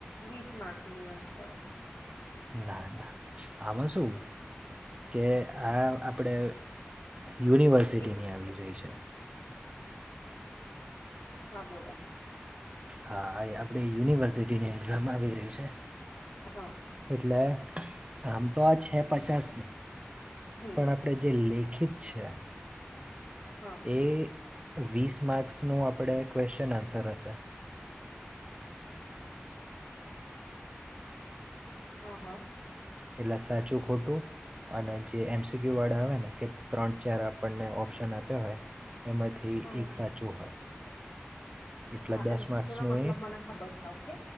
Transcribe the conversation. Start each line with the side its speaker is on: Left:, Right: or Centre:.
Left: વીસ માર્કની હસે.
Right: ના ના આમાં શું કે આ આપડે યુનિવર્સિટીની
Left: એક મિનિટ
Right: આવી
Left: એક
Right: રહી
Left: મિનિટ
Right: છે.
Left: હા બોલો.
Right: હા આપણે યુનિવર્સિટીની એક્ઝામ આવી રહી છે.
Left: હા.
Right: એટલે આમ તો આ છે પચાસની
Left: હમ
Right: પણ આપણેે જે લે <unintelligible>
Left: હા
Right: એ વીસ માર્ક્સનું આપણે ક્વેશ્ચન આન્સર હશે.
Left: હ હ.
Right: એટલે સાચું ખોટું અને જ એમસિક્યુ આવે ને એ ત્રણ ચાર આપણે ઓપ્શન હથા એમાંથી
Left: હ
Right: એક સાચું એટલે
Left: હા
Right: દસ
Left: એમસીક્યુ
Right: માર્ક્સનું
Left: નો મતલબ
Right: એ
Left: મને ખબર છે ઓકે.